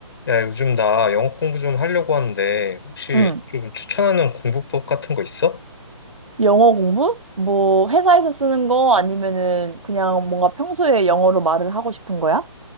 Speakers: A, on the left; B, on the right.
A: 야, 요즘 나 영어 공부 좀 하려고 하는데, 혹시
B: 응.
A: 좀 추천하는 공부법 같은 거 있어?
B: 영어 공부? 뭐 회사에서 쓰는 거 아니면은 그냥 뭔가 평소에 영어로 말을 하고 싶은 거야?